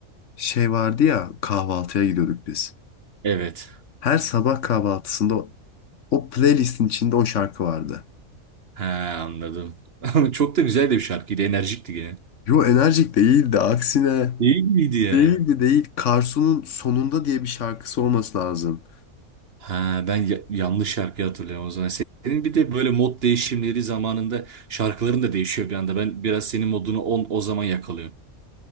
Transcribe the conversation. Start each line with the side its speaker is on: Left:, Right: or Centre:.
Left: şey vardı ya kahvaltıya gidiyorduk biz.
Right: Evet.
Left: Her sabah kahvaltısında o, o playlistin içinde o şarkı vardı.
Right: Ha anladım. <laughs> Ama çok da güzel de bir şarkıydı. Enerjikti gene.
Left: Yo enerjik değildi aksine.
Right: İyi gibiydi ya.
Left: Değildi değil. Karsu'nun Sonunda diye bir şarkısı olması lazım.
Right: Ha, ben ya- yanlış şarkıyı hatırlıyorum o zaman. Senin bir de böyle mod değişimleri zamanında şarkıların da değişiyor bir anda. Ben biraz senin modunu on, o zaman yakalıyorum. <laughs>